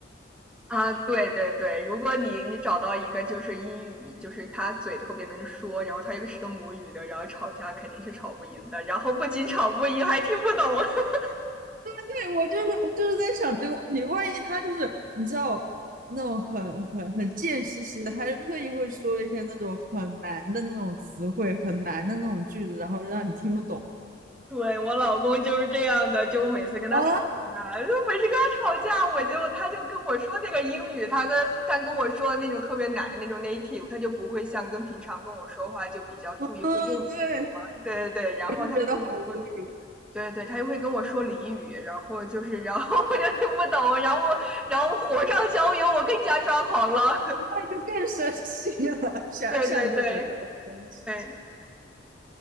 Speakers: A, in the centre; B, on the right.
A: 啊，对对对，如果你你找到一个就是英语，就是他嘴特别能说，然后他又是个母语的，然后吵架肯定是吵不赢的，然后不仅吵不赢，还听不懂。<laughs>
B: 对，我就是我就是在想这个问题，万一他就是你知道那种很很很贱兮兮的，他就特意会说一些那种很难的那种词汇，很难的那种句子，然后让你听不懂。
A: 对，我老公就是这样的，就我每次跟他吵架，
B: 哦，
A: 就每次跟他吵架，我就他就跟我说那个英语，他跟他跟我说那种特别难的那种 native，他就不会像跟平常跟我说话就比较注意会用词嘛，
B: 嗯，对，
A: 对对对，然后他就跟我说，
B: 我就觉得好无语，
A: 对对，他就会跟我说俚语，然后就是，然后 <laughs> 我就听不懂，然后然后火上浇油，我更加抓狂了。<laughs>
B: 那就更生气了，<laughs> 想想都觉得很生气。
A: 对对对对